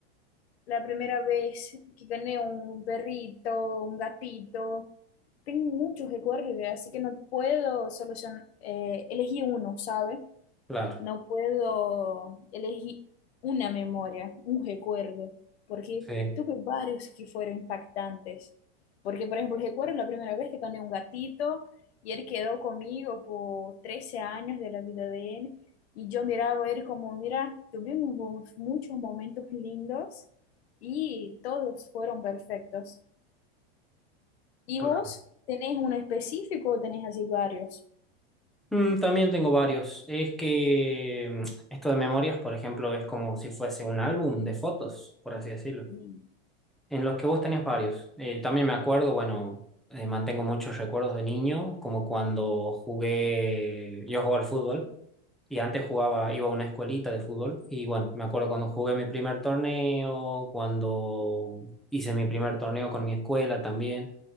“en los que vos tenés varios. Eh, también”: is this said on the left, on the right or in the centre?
Centre